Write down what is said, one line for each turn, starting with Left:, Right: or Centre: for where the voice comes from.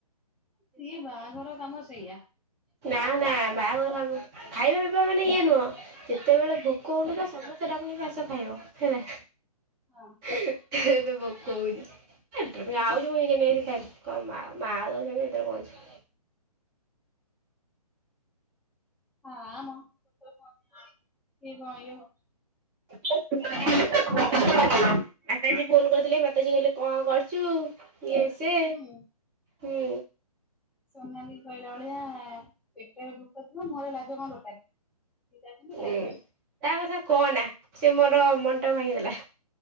Centre: ସିଏ ବାହାଘର କାମ ସେଇଆ।
Right: ନା ନା ବାହାଘର ଖାବ ଖାଇବା ପିଇବା ମାନେ ଇଏ ନୁହଁ ଯେତେବେଳେ ଭୋକ ହଉନଥିବ ସମସ୍ତ ସ୍ତେ ଡାକୁଚନ୍ତି ଆସ ଖାଇବ ହେଲା।
Centre: ହଁ।
Right: ଏବେ ଭୋକ ହଉଚି। ଆଉଛ ଜ ଖଉ ସେ ଏ ପହଞ୍ଚ <unintelligible>
Centre: ହଁ ଆମ <unintelligible>
Right: ଛା <unintelligible> ମାତାଜୀ
Centre: ଖାଇବି
Right: ଫୋନ କରିୁଥିଲେ ମାତାଜୀ କହଲେ କଣ କରୁଚୁ ଇଏ ସେ
Centre: ହୁଁ
Right: ହୁଁ
Centre: ସୋନାଲି କହିଲା ଭଳିଆ ପେଟରେ ଭୋକ ଥିବ ମୁଁହଁରେ ଲାଜ କଣ ଦରକାର ସିଧା ଯିମି
Right: ହୁଁ
Centre: ଖାଇମି।
Right: ତା କଥା କହନା ସିଏ ମୋର ମନ ଟା ଭାଙ୍ଗିଦେଲା।